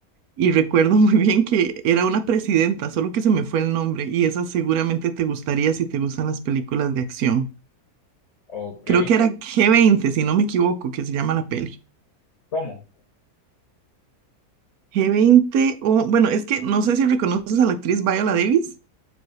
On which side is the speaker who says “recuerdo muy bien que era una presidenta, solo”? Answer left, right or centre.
Right